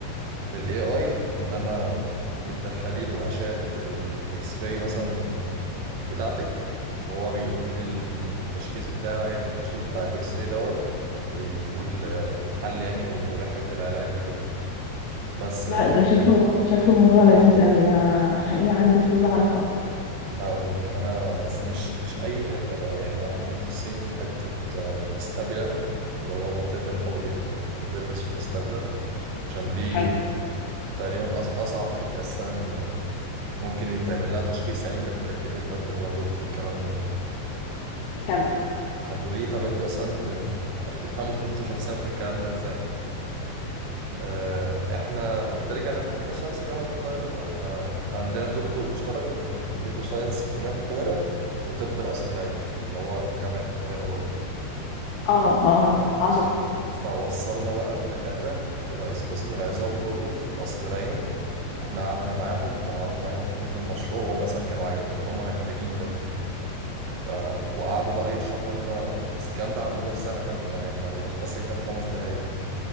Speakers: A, on the right; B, on the left.
A: بالاي اي ان انا بتدخلي له اشعه الاكس راي مثلا بتاعتك وهو بيقول ايه التشخيص بتاعه يعني ايه التشخيص بتاع الاكس راي دوت وبيقول آه، الحل يعني ورحله العلاج وكده بس
B: لا ده شكله شكله موضوع لذيذ قوي ده حقيقي عندي فضول اعرف اكتر
A: هقول لك انا بس مش مش اي حته بقى يعني احنا متخصصين في حته آه، الاستابيلم اللي هو منطقه الحوض يعني البلفس والاستابيلم عشان دي
B: حلو
A: تقريبا أص- اصعب حته اساسا ممكن يتعمل لها تشخيص يعني ودكاتره كتير جدا بيغلطوا في الكلام ده
B: كم
A: فهتقولي طب انتوا اصلا ب... هتفهموا فين انتوا شخصيا في الكلام ده ازاي آه، احنا قلت لك انا كمبيوتر ساينس جامعة القاهرة فاحنا عندنا دكتور مشترك بين كمبيوتر ساينس في جامعة القاهرة وطب القصر العيني اللي هو جامعة القاهرة برضه
B: اه اه عظمه
A: فوصلنا بقى الدكاترة لرئيس قسم العظام كله في القصر العيني رحنا قعدنا معاهم وعرضنا عليهم فكرة المشروع وهم أساسا كانوا عاي... يعني هم محتاجين ده ف... وقعدوا بقى يشرحوا لنا بس الكلام ده على مدار سنة كاملة بقى يعني أنا بلخص لك ده في خمس دقايق